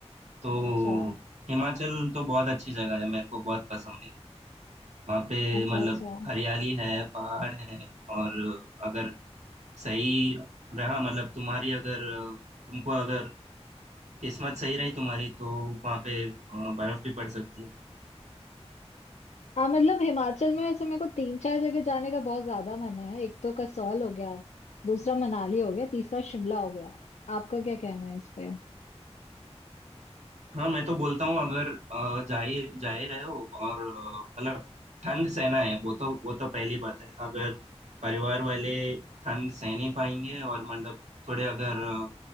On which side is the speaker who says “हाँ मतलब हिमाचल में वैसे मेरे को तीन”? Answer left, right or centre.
Left